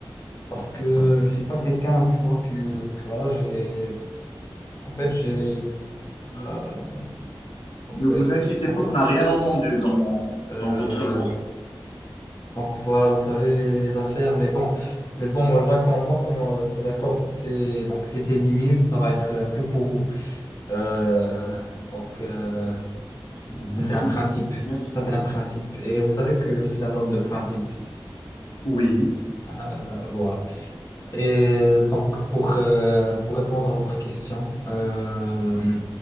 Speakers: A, on the left; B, on the left.
A: parce que je suis pas quelqu'un, tu vois, que, que voilà, j'ai. En fait, j'ai. euh, ok.
B: Ne vous inquiétez
A: En
B: pas,
A: fait,
B: on n'a rien entendu dans,
A: euh,
B: dans votre voix.
A: donc voilà, vous savez les, les affaires, mais bon, mais bon, là, quand moi, quand euh, je vous accorde ces donc ces, ces 10 minutes, ça va être euh, que pour vous. Euh, donc, euh,
B: Ah, merci
A: Ça, c'est un principe.
B: beaucoup, merci
A: Ça,
B: beaucoup.
A: c'est un principe. Et vous savez que je suis un homme de principe.
B: Oui.
A: Euh, voilà. Et donc, pour, euh, pour répondre à votre question, euh,